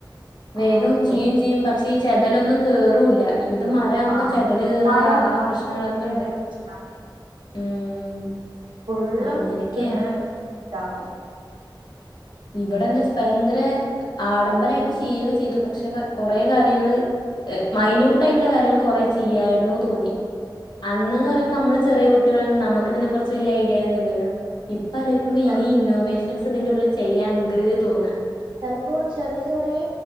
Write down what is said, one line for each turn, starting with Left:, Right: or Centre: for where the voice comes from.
Left: വേഗം
Right: ആഹ് തോ
Left: ചെയ്യും ചെയ്യും പക്ഷെ ഈ ചെതലൊന്നും കേറല്ല ഇത് മരവുമ്പോ
Right: ആഹ്
Left: ചെതല് കേയറുക
Right: മരം
Left: ആ
Right: മരം
Left: പ്രശ്നങ്ങളൊക്കെ
Right: ചെതല്
Left: ഉണ്ട്
Right: വരെ പ്രശ്നാ
Left: ഉം
Right: ഫുള്ളം
Left: അങ്ങനെയൊക്കെയാണ്
Right: തിന്ന ഇതാക്കും ഉ
Left: ഇവിടെ എന്താ വച്ചാ ഭയങ്കര ആഡംബരമായിട്ട് ചെയ്യൊക്കെ ചെയ്തു പക്ഷെ കൊറെേ കാര്യങ്ങള് മൈന്യൂട്ട് ആയിട്ടുള്ള കാര്യങ്ങൾ കൊറെ ചെയ്യായിരുന്നു തോന്നി അന്ന്ന്ന് പറയുമ്പോൾ നമ്മള് ചെറിയ കുട്ടികള നമുക്ക് തന്നെ കുറച്ച് വലിയ ഐഡിയൊന്നുമ ഇല്ലോ ഇപ്പ അ
Right: ചെ
Left: ഇനി ഇന്നോവേഷൻസ് ഇതിന്റെ ഉള്ളിൽ ചെയ്യാണ്ട് തോന്നുന്നു
Right: ചിലപ്പോ ചെറിയ ചെറിയ